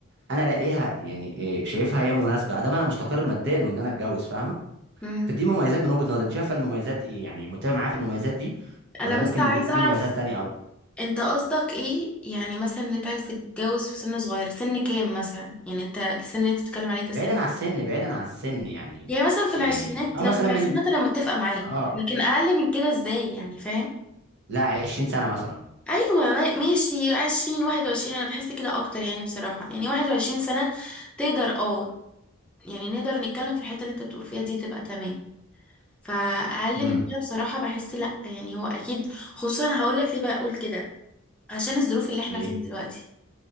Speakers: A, on the right; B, in the centre.
A: انا الاقيها يعني إيه، شايفها هي مناسبه ادام انا مستقر ماديا وان انا اتجوز فاهمه
B: مم.
A: فدي مميزات من وجهه نظري انت شايفه المميزات ايه يعني متفق معايا في المميزات دي
B: انا
A: ولا
B: بس
A: ممكن
B: عايزة
A: ليه- في
B: اعرف
A: مميزات تانية او
B: انت قصدك ايه يعني مثلا ان انت عايز تتجوز في سن صغير سن كام مثلا يعني انت السن اللي انت بتتكلم عليه ده
A: بعيدا
B: سن
A: عن السن بعيدا عن السن يعني
B: يعني مثلا في العشرينات
A: يعني اه
B: لو
A: مثلا
B: في العشرينات
A: من
B: انا متفقة معاك
A: اه
B: لكن اقل من كده ازاي يعني فاهم
A: لا 20 سنه مثلا
B: ايوه ما- ماشي عشرين واحد وعشرين انا بحس كده اكتر يعني بصراحة يعني واحد وعشرين سنة تقدر اه يعني نقدر نتكلم في الحتة اللي انت بتقول فيها دي تبقى تمام فاقل
A: امم
B: من كده بصراحة بحس لا يعني هو اكيد خصوصا انا هقول لك ليه بقول كده عشان الظروف اللي احنا
A: ليه
B: فيها دلوقتي